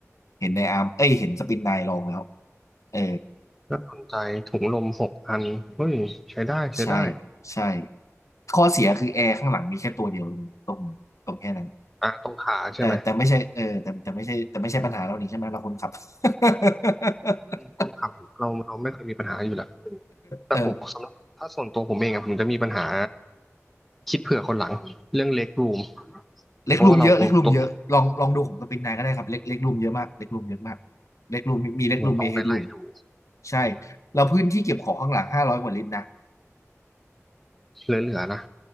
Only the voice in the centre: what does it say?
น่าสนใจถุงลมหกพันเฮ้ยใช้ได้ใช้ได้
อ่ะตรงขาใช่ไหม
ต้นขาเราเราไม่เคยมีปัญหาอยู่แล้วแต่ผมสำหรับถ้าส่วนตัวผมเองอะผมจะมีปัญหา
คิดเผื่อคนหลังเรื่องเล็กรูม
เพราะว่าเราตัว
เนี่ยต้องไปไล่ดู
เหลือๆนะ